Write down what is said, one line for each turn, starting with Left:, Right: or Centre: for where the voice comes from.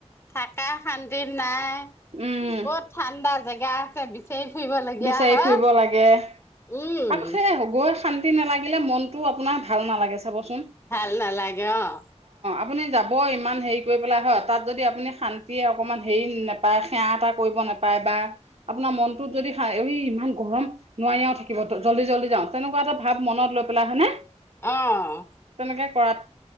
Left: থাকা শান্তিত নাই,
Right: উম।
Left: ক'ত ঠাণ্ডা জেগা আছে বিচ চেই ফুৰিবলগীয়া
Right: বিচাৰি
Left: হয়।
Right: ফুৰিব লাগে
Left: উম।
Right: আকৌ সেই শান্তি নালাগিলে মনতটো আপোনাৰ ভাল নালাগে চ বস্ত
Left: ভাল নালাগে অ'।
Right: আপুনি যাব ইমান হেৰি কৰি পেলাই হয় তাত যদি আপুনি শান্তিয়ে অকণমান হেৰি নাপায় সেৱা এটা কৰিব ন নাপায় বা আপোনাৰ মনটোত যদি আৱি ইমান গৰম নোৱাৰি আৰু থাকিব জল্দি জল্দি যাওঁ তেনেকুৱা এটা ভাৱ মনত লৈ পেলাই, হয়েনে?
Left: অ',।
Right: নেকে কৰাত